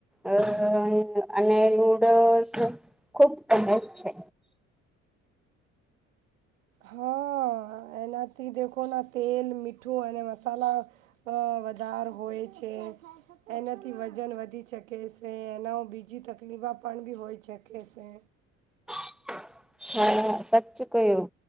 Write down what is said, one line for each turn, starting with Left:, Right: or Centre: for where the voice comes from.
Centre: અ અને એવું <unintelligible> સ ખુબ ગમે જ છે.
Right: હા એનાથી દેખો ના તેલ મીઠું અને મસાલા અ વધાર હોય છે, એનાથી વજન વધી શકે છે, એના બીજી તકલીફ પણ બી હોઈ શકે છે.
Centre: હા, સાચ કહ્યું